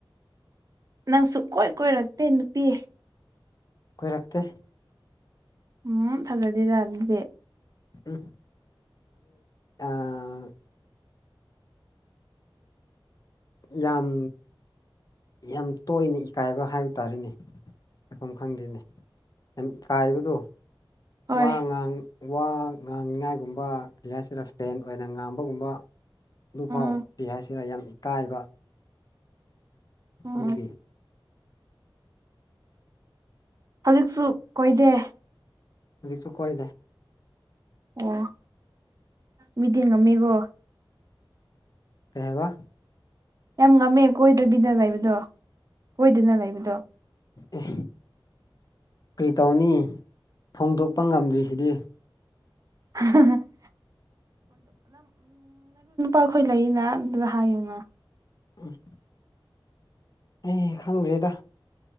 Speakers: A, on the right; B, on the left.
A: ꯅꯪ ꯁꯨꯀꯣꯏ ꯀꯣꯏꯔꯛꯇꯦ ꯅꯨꯄꯤ꯫
B: ꯀꯣꯏꯔꯛꯇꯦ
A: ꯎꯝ ꯐꯖꯗꯦꯗ ꯑꯗꯨꯗꯤ
B: ꯎꯝ ꯑ ꯌꯥꯝ ꯌꯥꯝ ꯇꯣꯏꯅ ꯏꯀꯥꯏꯕ ꯍꯥꯏꯕ ꯇꯥꯔꯦꯅꯦ ꯂꯩꯐꯝ ꯈꯪꯗꯦꯅꯦ ꯌꯥꯝ ꯀꯥꯏꯕꯗꯣ
A: ꯍꯣꯏ
B: ꯋꯥ ꯉꯥꯡ ꯋꯥ ꯉꯥꯡꯅꯤꯉꯥꯏꯒꯨꯝꯕ ꯀꯩ ꯍꯥꯏꯁꯤꯔ ꯐ꯭ꯔꯦꯟ ꯑꯣꯏꯅ ꯉꯥꯡꯕꯒꯨꯝꯕ ꯑꯗꯨꯐꯥꯎ
A: ꯎꯝ
B: ꯀꯩ ꯍꯥꯏꯁꯤꯔ ꯌꯥꯝ ꯏꯀꯥꯏꯕ
A: ꯎꯝ
B: ꯑꯗꯨꯒꯤ
A: ꯍꯧꯖꯤꯛꯁꯨ ꯀꯣꯏꯗꯦ
B: ꯍꯧꯖꯤꯛꯁꯨ ꯀꯣꯏꯗꯦ
A: ꯑꯣ ꯃꯤꯗꯤ ꯉꯝꯃꯤꯀꯣ
B: ꯀꯩ ꯍꯥꯏꯕ
A: ꯌꯥꯝ ꯉꯝꯃꯦ ꯀꯣꯏꯗꯕꯤꯗ ꯂꯩꯕꯗꯣ ꯀꯣꯏꯗꯅ ꯂꯩꯕꯗꯣ
B: ꯑꯦ ꯀꯔꯤ ꯇꯧꯅꯤ ꯐꯣꯡꯗꯣꯛꯄ ꯉꯝꯗ꯭ꯔꯤꯁꯤꯗꯤ
A: <unintelligible> ꯑꯩꯈꯣꯏ ꯂꯩꯔꯤꯅ ꯑꯗꯨꯗ ꯍꯥꯏꯌꯨꯅ
B: ꯎꯝ ꯑꯦ ꯈꯪꯗ꯭꯭ꯔꯦꯗ